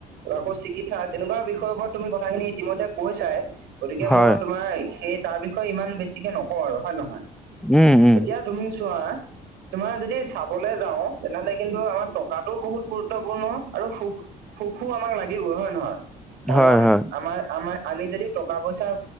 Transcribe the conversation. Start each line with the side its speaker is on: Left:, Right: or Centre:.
Right: আকৌ চিকিৎসা তেনেকুৱা বিষয়ৰওপৰত তুমি কথাখিনি ইতিমধ্যে কৈছাই। গতিকে
Centre: হয়,
Right: মই তোমাৰ সেই তাৰ বিষয়ে ইমান বেছিকে নকওঁ আৰু হয় নহয়?
Centre: উম, উম।
Right: এতিয়া তুমি চোৱা তোমাৰ যদি চাবলে যাওঁ তেনেহ'লে কিন্তু আমাৰ টকাটো বহুত গুৰুত্বপূৰ্ণ আৰু সুখ সুখো আমাক লাগিবই, হয় নহয়? কাৰণ
Centre: হয়, হয়,
Right: আমাৰ আমাৰ আমি যদি টকা-পইচা